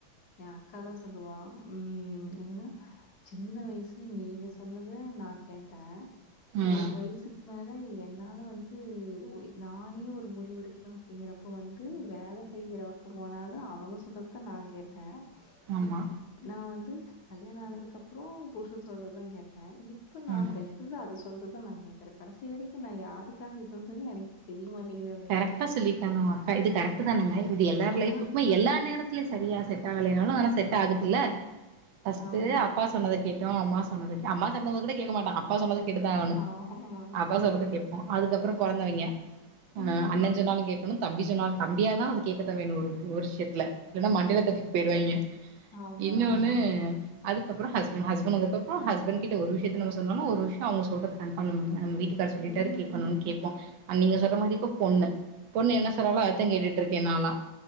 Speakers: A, on the left (about 60°); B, on the right (about 75°).
A: எ அக்காதா சொல்லுவா ம் என்னனா சின்ன வயசுல நீங்க சொன்னத நா கேட்ட
B: ம்
A: ஒரு வயசுக் மேல தை என்னால வந்து ஒ நானே ஒரு முடிவு எடுக்கணு அப்பிடிங்கிறப்போ வந்து வேல செய்யிற ங்க போனாலு அவங்க சொன்னதத்தா நா கேட்டே
B: ஆமா
A: இப் நா வந்து கல்யாண ஆனதுக்கப்பறோ புருஷன் சொல்றது தா கேட்டே இப் இப்ப நா
B: ஆமா
A: பெத்தது அது சொல்றத தா நா கேக்குறே கடைசி வரைக்கு நா யாருக்காக இருகின்றதே எனக்கே தெரியமாட் நீ இத வி
B: கரெக்டா சொல்லிர்க்காங்க உங்க அக்கா இது கரெக்ட் தானேங்க இது எல்லார்
A: ஆ,
B: லைஃபக்குமே எல்லா நேரத் துலயு சரியா செட் ஆகலேன்னாலு ஆனா செட் ஆகுதுல்ல ஃபஸ்ட்டு
A: ஆமா,
B: அப்பா சொன் சொன்னதக் கேட்டோ அம்மா சொன்னதக் கே அம்மா சொன்னத கூட கேக்க மாட்டோ அப்பா சொன்னது கேட்டு தா ஆகணு
A: ஆமா,
B: அப்பா சொல்றது கேப்போ அதுக்கப்பறோ பொறந்தவங்கே ஆ
A: ம்,
B: அண்ணன் சொன்னாலு கேக்கணு தம்பி சொன்னாலு தம்பியா இருந்தாலு அது கேக்கதா வேணு ஒரு ஒரு விஷயத்துலே இல்லன்னா மண்டைலத் தட்டிட்டு போயிருவாய்ங்க
A: ஆமா,
B: இன்னு ஒன்னு அதுக்கப்பறோ ஹஸ்பண்ட் ஹஸ்பண்ட் வந்ததுக்கப்பறோ ஹஸ்பண்ட் கிட்ட ஒரு விஷயத்த நம்ம சொன்னாலு ஒரு விஷய அவங்க சொல்றது கன்ஃபார்ம் <unintelligible> நம்ம வீட்டு க்கார் சொல்லிட்டாரு
A: ம்,
B: கேக்கணும்னு கேப்போ அன் நீங்க சொல்ற மாரி இப்ப பொண்ணு பொண்ணு என்ன சொன் த்நாளா
A: ஆமா,
B: அதத்தே கேட்டுட்டு இருக்கே நான்லா